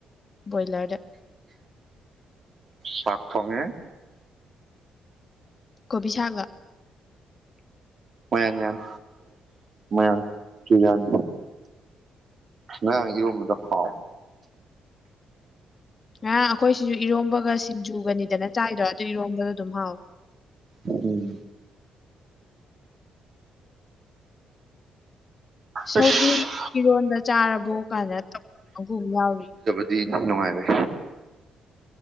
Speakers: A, on the left; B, on the right.
A: ꯕꯣꯢꯂꯔꯗ
B: ꯁꯥꯛ ꯊꯣꯡꯉꯦ
A: ꯀꯣꯕꯤ ꯁꯥꯛꯂꯣ
B: ꯃꯌꯥꯟ ꯃꯌꯥꯟ ꯃꯌꯥꯟ ꯇꯨꯌꯥꯟ ꯉꯔꯥꯡ ꯏꯔꯣꯝꯕꯗꯣ ꯍꯥꯎ
A: ꯉꯔꯥꯡ ꯑꯩꯈꯣꯢꯁꯤꯖꯨ ꯏꯔꯣꯝꯕꯒ ꯁꯤꯟꯖꯨꯒꯅꯤꯗꯅ ꯆꯥꯢꯗꯣ ꯑꯗꯨ ꯏꯔꯣꯝꯕꯗꯣ ꯑꯗꯨꯝ ꯍꯥꯎꯢ
B: ꯎꯝ ꯑꯁ
A: ꯁꯧꯒ꯭ꯔꯤ ꯏꯔꯣꯟꯕ ꯆꯥꯔꯕꯣ ꯀꯥꯏꯅ ꯇꯧꯕꯒꯨꯝ ꯌꯥꯎꯔꯤ꯫
B: ꯄꯤ <unintelligible> ꯅꯨꯡꯉꯥꯏꯔꯦ꯫